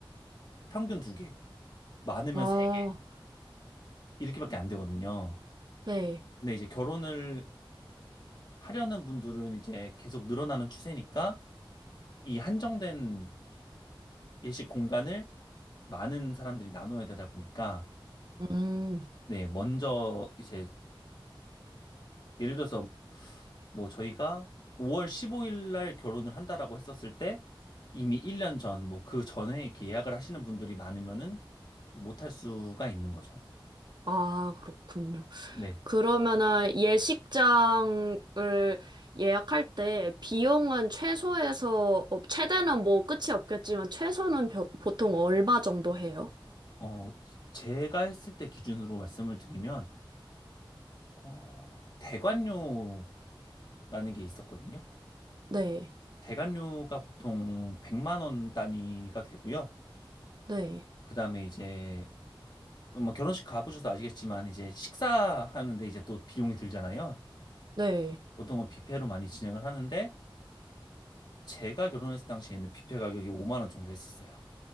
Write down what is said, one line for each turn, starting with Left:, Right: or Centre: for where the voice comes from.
Left: 평균 두 개, 많으면
Right: 아,
Left: 세 개, 이렇게밖에 안 되거든요.
Right: 네.
Left: 근데 이제 결혼을 하려는 분들은 이제 계속 늘어나는 추세니까 이 한정된 예식 공간을 많은 사람들이 나눠야 되다 보니까
Right: 음,
Left: 네, 먼저 이제 예를 들어서 뭐 저희가 5월 15일 날 결혼을 한다라고 했었을 때 이미 1년 전, 뭐 그 전에 이렇게 예약을 하시는 분들이 많으면은 못할 수가 있는 거죠.
Right: 아, 그렇군요.
Left: 네.
Right: 그러면은 예식장을 예약할 때 비용은 최소에서, 어, 최대는 뭐 끝이 없겠지만 최소는 벼- 보통 얼마 정도 해요?
Left: 어, 제가 했을 때 기준으로 말씀을 드리면, 어, 대관료라는 게 있었거든요.
Right: 네,
Left: 대관료가 보통 100만 원 단위가 되고요.
Right: 네,
Left: 그다음에 이제 뭐 결혼식 가보셔서 아시겠지만 이제 식사하는데 이제 또 비용이 들잖아요.
Right: 네.
Left: 보통은 뷔페로 많이 진행을 하는데 제가 결혼했을 당시에는 뷔페 가격이 5만 원 정도 했었어요.